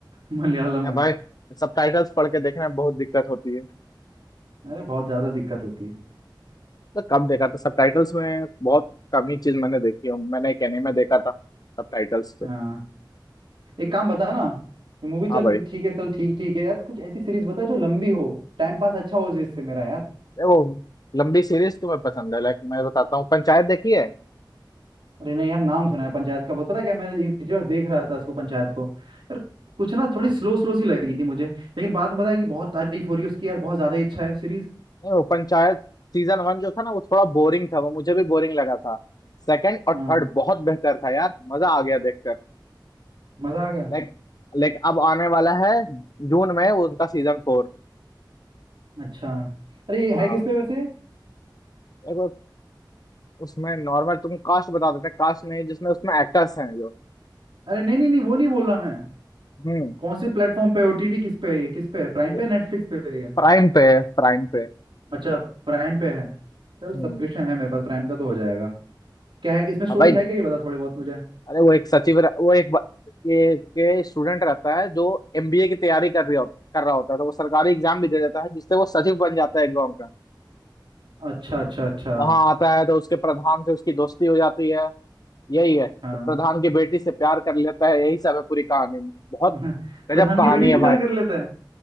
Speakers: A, on the right; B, on the left.
A: <laughs> मलयालम
B: नहीं
A: में
B: भाई सबटाइटल्स पढ़ के देखने में बहुत दिक्कत होती है
A: अरे बहुत ज़्यादा दिक्कत होती है
B: तो कम देखा था सबटाइटल्स में बहुत कम ही चीज मैंने देखी है मैंने एक एनीमे देखा था सबटाइटल्स से
A: हाँ एक काम बता ना ये मूवी चल
B: हाँ भाई
A: ठीक है चल ठीक ठीक है यार कुछ ऐसी सीरीज बता जो लंबी हो टाइम पास अच्छा हो जिससे मेरा यार
B: ये वो लंबी सीरीज तुम्हें पसंद है लाइक मैं बताता हूँ पंचायत देखी है
A: अरे नहीं यार नाम सुना है पंचायत का बहुत पता है क्या मैंने ये पिछली बार देख रहा था इसको पंचायत को यार कुछ ना थोड़ी स्लो स्लो सी लगी थी मुझे लेकिन बाद में पता है कि बहुत तारीफ हो रही है उसकी यार बहुत ज्यादा ही अच्छा है सीरीज
B: नहीं वो पंचायत सीजन वन जो था ना वो थोड़ा बोरिंग था वो मुझे भी बोरिंग लगा था सेकंड और
A: हाँ
B: थर्ड बहुत बेहतर था यार मजा आ गया देखकर
A: मजा आ गया
B: लाइक लाइक अब आने वाला है जून में उनका सीजन फोर
A: अच्छा अरे ये
B: हाँ
A: है किस पे वैसे
B: एक वो उसमें नॉर्मल तुम कास्ट बता देते हैं, कास्ट नहीं जिसमें उसमें एक्टर्स हैं जो
A: अरे नहीं नहीं नहीं वो नहीं बोल रहा मैं
B: हम्म
A: कौन से प्लेटफॉर्म पे ओटीटी किस पे है ये किस पे है प्राइम
B: ये
A: पे नेटफ्लिक्स पे है ये
B: प्राइम पे है प्राइम पे
A: अच्छा प्राइम पे है चल सब्सक्रिप्शन
B: हम्म
A: है मेरे पास प्राइम का तो हो जाएगा क्या है इसमें स्टोरी
B: अब भाई
A: है क्या ये बता थोड़ी बहुत मुझे
B: अरे वो एक सचिव रह- वो एक बा- ये के स्टूडेंट रहता है जो एमबीए की तैयारी कर रही हो कर रहा होता है तो वो सरकारी एग्जाम भी दे देता है जिससे वो सचिव बन जाता है एक गांव का
A: अच्छा अच्छा अच्छा
B: वहां आता है तो उसके प्रधान से उसकी दोस्ती हो जाती है यही है
A: हाँ
B: तो प्रधान की बेटी से प्यार कर लेता है यही सब है पूरी कहानी में बहुत
A: <laughs>
B: गजब
A: प्रधान
B: कहानी
A: की बेटी
B: है
A: से प्यार
B: भाई
A: कर लेता है